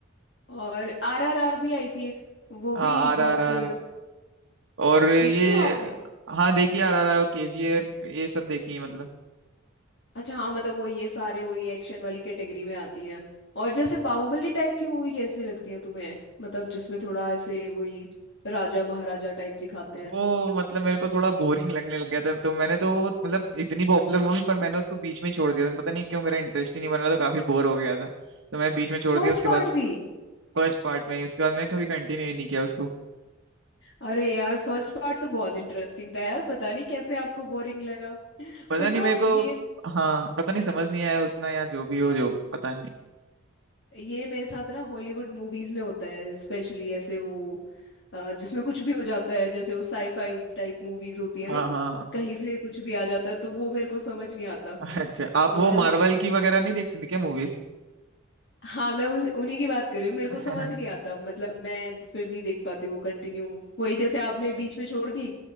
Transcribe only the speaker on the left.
और आर आर आर भी आई थी एक वो
भी
बहुत
देखी वो आपने
अच्छा हाँ मतलब वो ये सारे वही एक्शन वाली कैटेगरी में आती हैं और जैसे बाहुबली टाइप की मूवी कैसी लगती है तुम्हें मतलब जिसमें थोड़ा ऐसे वही राजा महाराजा टाइप दिखाते हैं
फर्स्ट
पार्ट
भी
अरे यार फर्स्ट पार्ट तो बहुत इंटरेस्टिंग था यार पता नहीं कैसे आपको बोरिंग लगा
फिर
तो
आप ये
ये मेरे साथ ना हॉलीवुड मूवीज में होता है स्पेशली ऐसे वो अ, जिसमें कुछ भी हो जाता है जैसे वो साईफाई टाइप मूवीज होती है
ना
कहीं से कुछ भी आ जाता है तो वो मेरे को समझ नहीं आता
और
हाँ मैं उस उन्हीं की बात कर रही हूँ मेरे को
समझ नहीं आता मतलब मैं फिर नहीं देख पाती वो कंटिन्यू वही जैसे आपने बीच में छोड़ दी